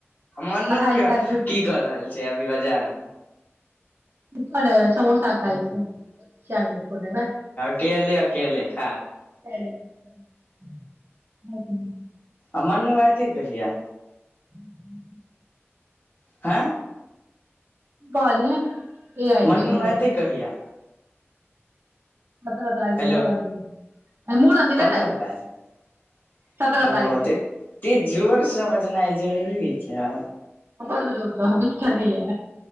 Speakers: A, on the left; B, on the right.
A: मनु
B: पढ़ाइ लिखाइ
A: के
B: छुटि
A: की
B: गेल
A: क रहल छै दुइ हजार मे।
B: किछो नो समोसा खाय छै। चल ने पुरै ले।
A: अकेले अकेले खाइ
B: <unintelligible> अ <unintelligible>
A: आ मनु एतै कहिया?
B: <inaudible>
A: हें।
B: कहलियै। ए आइ
A: मनु
B: छै सुनि
A: एतै
B: रहल
A: कहिया?
B: सत्रह तारीख
A: हेलो
B: के मूड़न दिन मूड़न दिन
A: पंद्रअ
B: एतै
A: तारीक
B: सत्रह
A: औ
B: तारीख के
A: त एते जोर से बजनाय जरूरी चा।
B: अ बड़ बुजुर्ग सब विध करै या।